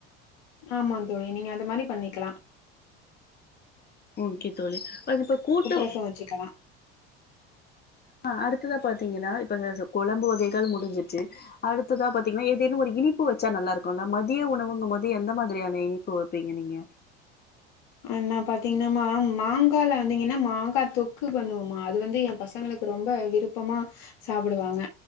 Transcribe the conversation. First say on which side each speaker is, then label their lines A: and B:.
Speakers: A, on the left (about 65°); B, on the left (about 30°).
A: ஆமா தோழி நீங்க அந்த மாரி பண்ணிக்லா
B: ஓகே தோழி அத் இப்ப கூட்டு
A: ரசோ வச்சுக்கலா
B: ஆ அடுத்ததா பாத்தீங்கன்னா இப்ப கொழம்பு வகைகள் முடிஞ்சிச்சு அடுத்ததா பாத்தீங்னா ஏதேனூ ஒரு இனிப்பு வச்சா நல்லாருக்கூல மதிய உணவுங்கும்போது எந்த மாத்ரியான இனிப்பு வெப்பீங்க நீங்க
A: ஆ நா பாத்தீங்னா மா மாங்கால வந்தீங்கன்னா மாங்கா தொக்கு பண்ணுவோமா அது வந்து ஏ பசங்களுக்கு ரொம்ப விருப்பமா சாப்டுவாங்க